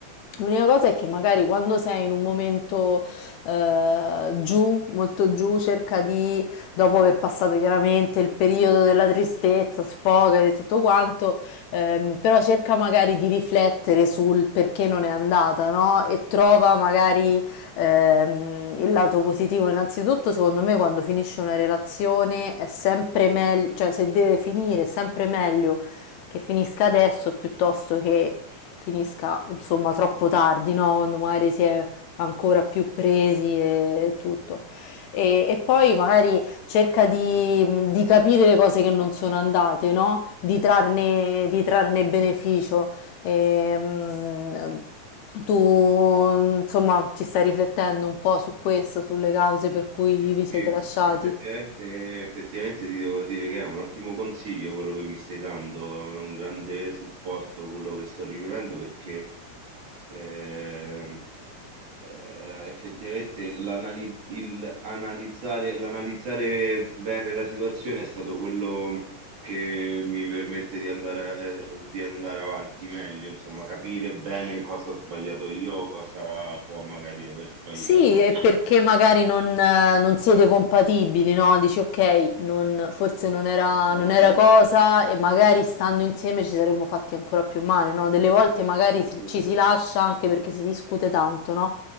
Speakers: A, on the left; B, on the right.
A: L'unica cosa è che magari quando sei in un momento eh, giù, molto giù, cerca di, dopo aver passato chiaramente il periodo della tristezza, sfoga e tutto quanto, ehm, però cerca magari di riflettere sul perché non è andata, no? E trova magari ehm, il lato positivo innanzitutto secondo me quando finisce una relazione è sempre meglio, cioè se deve finire è sempre meglio che finisca adesso piuttosto che finisca insomma troppo tardi, no? quando magari si è ancora più presi e tutto. E, e poi magari cerca di, di capire le cose che non sono andate, no? di, trarne, di trarne beneficio. Ehm, tu, insomma, ci stai riflettendo un po' su questo, sulle cause per cui
B: Sì,
A: vi siete
B: sì,
A: lasciati?
B: effettivamente, effettivamente ti devo dire che è un ottimo consiglio quello che mi stai dando, è un grande supporto quello che sto ricevendo perché ehm, eh, effettivamente l'anali- il analizzare, l'analizzare bene la situazione è stato quello che mi permette di andare, eh, di andare avanti meglio, insomma, capire bene cosa ho sbagliato io, cosa può magari aver sbagliato
A: Sì,
B: l'altra
A: e perché
B: persona.
A: magari non, eh, non siete compatibili, no? Dici, ok, non- forse non era,
B: Esatto,
A: non era cosa e magari stando insieme ci saremmo fatti ancora più male, no? Delle volte magari
B: esatto,
A: si- ci si lascia anche perché si discute tanto, no?